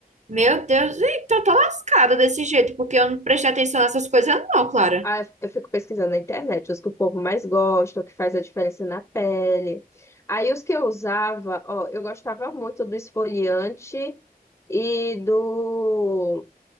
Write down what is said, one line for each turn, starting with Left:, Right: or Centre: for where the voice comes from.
Right: Meu Deus, então eu tô lascada desse jeito, porque eu não prestei atenção nessas coisas, não, Clara.
Left: Aí eu eu fico pesquisando na internet, os que o povo mais gosta, o que faz a diferença na pele. Aí os que eu usava, ó, eu gostava muito do esfoliante e do,